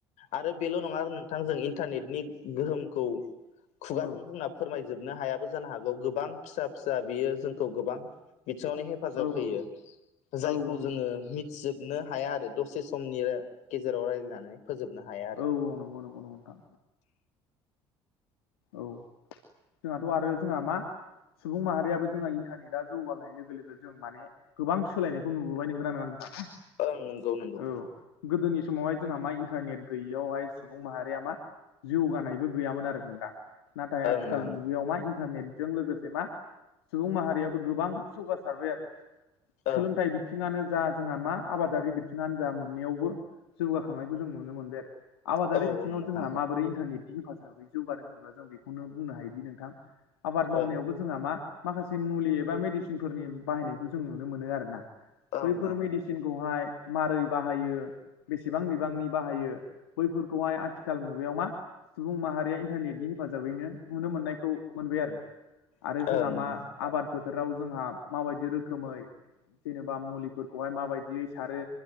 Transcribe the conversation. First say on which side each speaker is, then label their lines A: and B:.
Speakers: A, on the left; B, on the left.
A: आरो बेल' नङा नोंथांजों इन्टारनेटनि गोहोमखौ खुगाजों
B: औ
A: बुंना फोरमायजोबनो हायाबो जानो हागौ गोबां फिसा फिसा बियो जोंखौ गोबां बिथिङावनो हेफाजाब
B: औ
A: होयो जायखौ
B: औ औ नंगौ
A: जोङो मि जोबनो हाया आरो दसे समनि गेजेराव रायज्लायनानै। फोजोबनो हाया आरो
B: औ औ नंगौ नंगौ नंगौथां। औ जोंहाथ' आरो जोंहा मा सुबुं माहारियाबो जोंहा इन्टारनेटा जौगानाय लोगो लोगो जों माने गोबां सोलायनायखौ नुबोबाय नोंगौ ना नङा नोंथां?
A: ओं नंगौ नंगौ
B: औ। गोदोनि समावहाय जोंहा मा इन्टारनेट गैयियावहाय सुबुं माहारिया मा जौगानायबो गैयामोन आरो नोंथां। नाथाय आथिखाल
A: ओं ओं
B: मुगायाव मा इन्टारनेट जों लोगोसे मा सुबुं माहारियाबो गोबां जौगासारबाय आरो।
A: ओं
B: सोलोंथाइ बिथिं बिथिङानो जा जोंहा मा आबादारि बिथिङानो जा मोननैयावबो जौगाखांनायखौ जों नुनो मोनबाय आरो। आबादारि
A: औ
B: बिथिङाव
A: नोंथां
B: जोंहा माबोरै इन्टारनेटनि हेफाजाबै जौगादों होनोब्ला जों बेखौनो बुंनो हायोदि नोंथां आबाद मावनायावबो
A: ओं
B: जोंहा मा माखासे मुलि एबा मिदिसिनफोरनि बाहायनायखौ जों नुनो मोनो आरो ना।
A: ओं
B: बैफोर मिडिसिनखौहाय मारै बाहायो बसेबां बिबांनि बाहायो बैफोरखौहाय आथिखाल मुगायाव मा सुबुं माहारिया इन्टारनेनि हेफाजाबैनो नुनो मोननायखौ मोनबाय आरो। आरो
A: ओं
B: जोंहा मा आबाद फोथाराव जोंहा माबायदि रोखोमै जेनेबा मुलिफोरखौहाय माबायदियै सारो